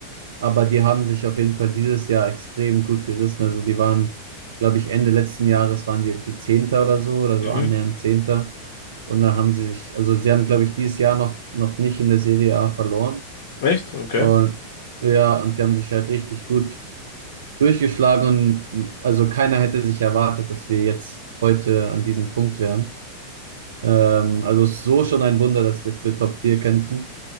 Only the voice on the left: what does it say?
mhm.
Echt? Okay.